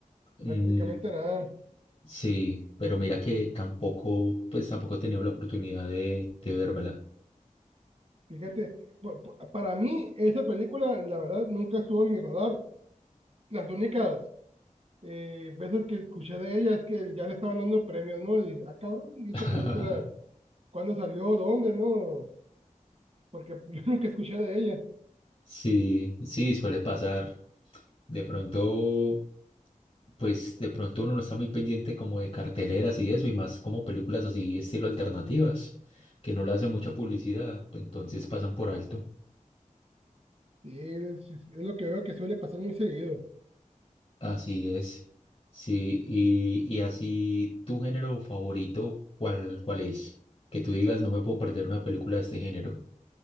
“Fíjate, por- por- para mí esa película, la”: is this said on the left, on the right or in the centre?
Right